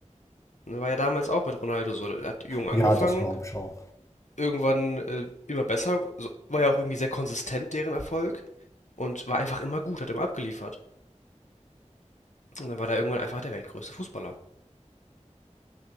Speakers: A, on the left; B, on the left.
A: Ne, War ja damals auch mit Ronaldo so. Er hat jung angefangen,
B: Ja, das glaube ich auch.
A: irgendwann äh, immer besser, so, war ja auch irgendwie sehr konsistent, deren Erfolg. Und war einfach immer gut, hat immer abgeliefert. Und dann war da irgendwann einfach der weltgrößte Fußballer.